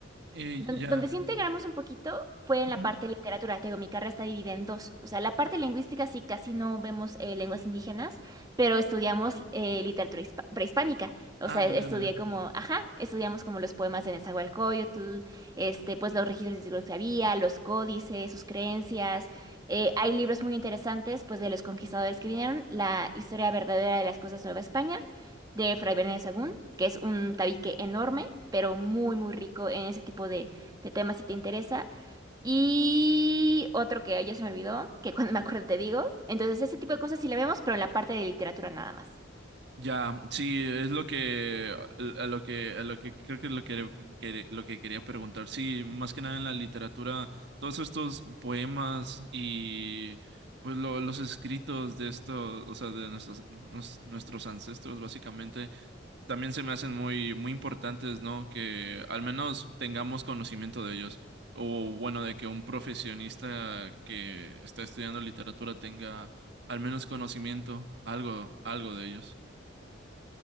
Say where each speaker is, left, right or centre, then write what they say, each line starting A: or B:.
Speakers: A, on the right; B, on the right.
A: eh,
B: Don-
A: ya.
B: Donde sí integramos un poquito fue en
A: Ujú,
B: la parte de literatura. Te digo, mi carrera está dividida en dos. O sea, la
A: ujú.
B: parte lingüística sí casi no vemos eh, lenguas indígenas, pero estudiamos eh, literatura hispa- prehispánica. O
A: Ándale,
B: sea, estudié
A: ándale.
B: como, ajá, estudiamos como los poemas de Nezahualcóyotl, este, pues los registros históricos que había, los códices, sus creencias. Eh, hay libros muy interesantes, pues de los conquistadores que vinieron, La historia verdadera de las cosas Nueva España, de Fray Bernardo de Sahagún, que es un tabique enorme, pero muy, muy rico en ese tipo de de tema si te interesa. Y otro que ya se me olvidó, que cuando me acuerdo te digo. Entonces, ese tipo de cosas sí la vemos, pero en la parte de literatura nada más.
A: Ya, sí, es lo que a lo que a lo que creo que es lo que, que- lo que quería preguntar. Sí, más que nada en la literatura, todos estos poemas y pues lo- los escritos de estos, o sea, de nuestros nos- nuestros ancestros básicamente también se me hacen muy, muy importantes, ¿no? Que al menos tengamos conocimiento de ellos. O bueno, de que un profesionista que está estudiando literatura tenga al menos conocimiento, algo, algo de ellos.